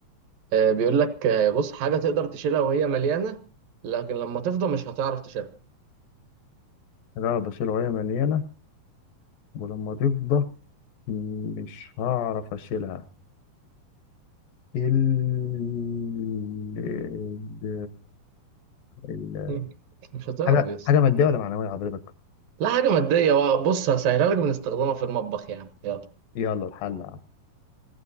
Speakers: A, on the right; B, on the left.
A: آه بيقول لك آه بص حاجة تقدر تشيلها وهي مليانة لكن لما تفضى مش هتعرف تشيلها
B: حاجة واحد بشيل وهي مليانة ولما تفضى مش هعرف اشيلها ال ال ال-
A: <laughs> مش هتعرف
B: حاجه
A: يا اسطى
B: حاجه ماديه ولا معنويه حضرتك
A: لا حاجة مادية بقى بص هسهلها لك بنستخدمها في المطبخ يعني يلا
B: يلا الحل يا عم.